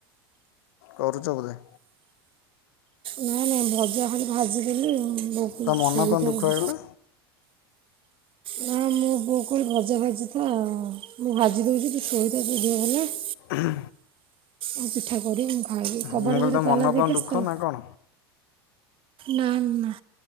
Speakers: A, on the left; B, on the right.
A: କରୁଚ ବୋଧେ।
B: ନାଇଁ ନାଇଁ ଭଜା ଖାଲି ଭାଜିଦେଲି <unintelligible>
A: ତୋ ମନ କ'ଣ ଦୁଃଖ ହେଇଗଲା
B: ନାଇଁ ମୋ ପୁଅ କହିଲେ ଭଜା <unintelligible> ମୁଁ ଭାଜି ଦେଉଛି ତୁ ଶୋଇଥାଛୁ ଦିଅ ଭଲ ନାଇଁ।
A: ହୁଁ।
B: ଆଉ ପିଠା କରିବି ମୁଁ ଖାଇବି କବାଟ
A: ମୁଁ କହିଲି
B: ଘରେ
A: ତୋ
B: ତାଲା
A: ମନ
B: ଦେଇକି
A: କ'ଣ
B: ଆସିଥିଲ?
A: ଦୁଃଖ ନା କ'ଣ
B: ନା ନା